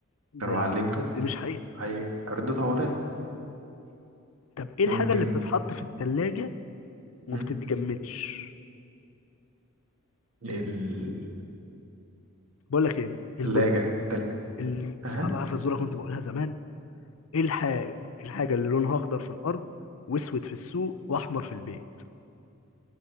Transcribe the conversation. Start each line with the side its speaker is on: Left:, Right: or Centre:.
Left: ده
Right: انت لو علمته
Left: دي مش حقيقة
Right: هي ردتها وراك
Left: طب ايه
Right: ممكن
Left: الحاجة اللي بتتحط في التلاجة وما
Right: مم.
Left: بتتجمدش
Right: الثلاجة
Left: بقول لك ايه البويض
Right: التلة
Left: ال...
Right: اها
Left: اسمع بقى فزوره كنت بقولها زمان ايه الحاجة إيه الحاجة اللي لونها اخضر في الارض واسود في السوق واحمر في البيت